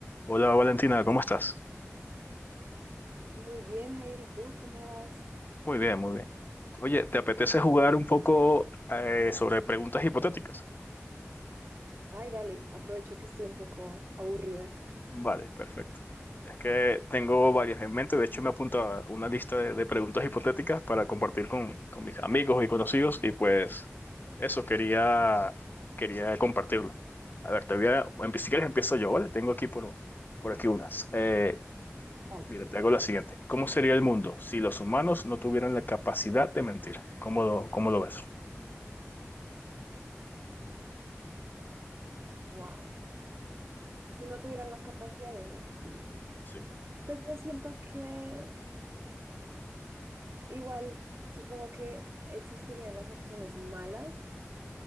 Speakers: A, on the left (about 40°); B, on the right (about 45°).
A: Hola Valentina, ¿cómo estás?
B: Muy bien, Jair, ¿y tú cómo vas?
A: Muy bien, muy bien. Oye, ¿te apetece jugar un poco eh, sobre preguntas hipotéticas?
B: Ay, dale, aprovecho que estoy un poco aburrida.
A: Vale, perfecto. Es que tengo varias en mente, de hecho me apunto a una lista de, de preguntas hipotéticas para compartir con, con mis amigos y conocidos y pues eso quería, quería compartirlo. A ver, te voy a, empe- si quieres empiezo yo, ¿vale? Tengo aquí por uno, por aquí unas. Eh,
B: Dale.
A: mira, te hago la siguiente. ¿Cómo sería el mundo si los humanos no tuvieran la capacidad de mentir? ¿Cómo lo, cómo lo ves?
B: wow. Si no tuvieran la capacidad de mentir,
A: Sí.
B: pues yo siento que igual, supongo que existirían las acciones malas,